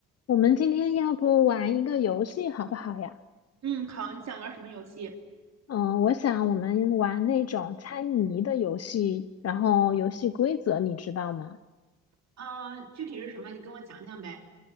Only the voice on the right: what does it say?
嗯，好，你想玩什么游戏？
啊？具体是什么？你跟我讲讲呗。